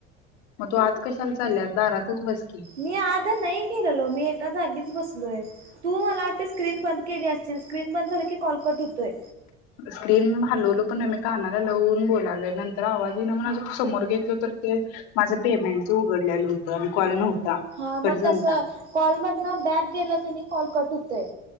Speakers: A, on the left (about 65°); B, on the right (about 85°).
A: मग तू आत कशाला चालल्यास दारातच बस की.
B: मी आत नाही गेलेलो मी एका जागीच बसलोय तू मला वाटतय स्क्रीन बंद केली असशील स्क्रीन बंद झालं की कॉलकट होतोय
A: स्क्रीन हलवल पण नाही मी कानाला लावून बोलालोय नंतर आवाज इना म्हण समोर घेतलं तर ते माझं पेमेंटच उघडलेलं होतं आणि कॉल नव्हता
B: हा
A: कट
B: मग
A: झालता
B: तसं कॉल मधनं बॅग गेलं की नाही कॉल कट होत. काय